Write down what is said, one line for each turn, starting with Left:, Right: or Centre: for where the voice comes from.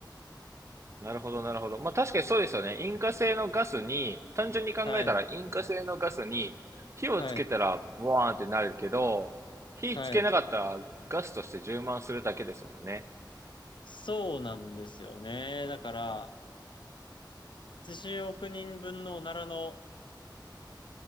Right: なるほど、なるほど。まあ確かにそうですよね。引火性のガスに、単純に考えたら引火性のガスに火をつけたらボワーンってなるけど、
Left: はい、はい、
Right: 火つけなかったらガスとして充満するだけですもんね。
Left: はい。そうなんですよね。だから、80億人分のおならの